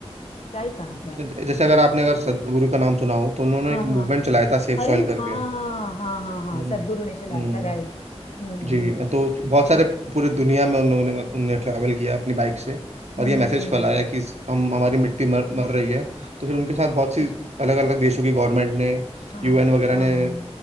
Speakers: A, on the left; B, on the right.
A: क्या ही कहा जाए
B: ज- जैसे अगर आपने अगर सदगुरु का नाम सुना हो तो उन्होंने
A: हाँ
B: एक
A: हाँ
B: मूवमेंट चलाया था सेफ
A: अरे
B: सॉइल करके
A: हाँ हाँ हाँ हाँ
B: हम्म
A: सदगुरु ने चलाया
B: हम्म,
A: था राइट हम्म
B: जी
A: हम्म
B: तो बहुत सारे पूरे दुनिया में उन लोगों ने उनने ट्रैवल किया अपनी बाइक से और
A: हम्म,
B: ये मैसेज
A: हम्म,
B: फैलाया कि हम हमारी मिट्टी मर, मर रही है तो फिर उनके साथ बहुत सी अलग अलग देशों की गवर्नमेंट ने
A: हाँ
B: यूएन वगैरह
A: हाँ
B: ने